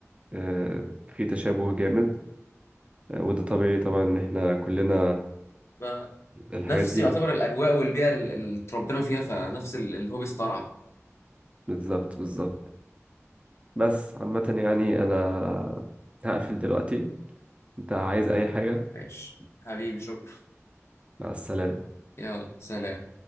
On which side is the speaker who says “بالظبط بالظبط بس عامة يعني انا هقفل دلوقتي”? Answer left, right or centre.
Right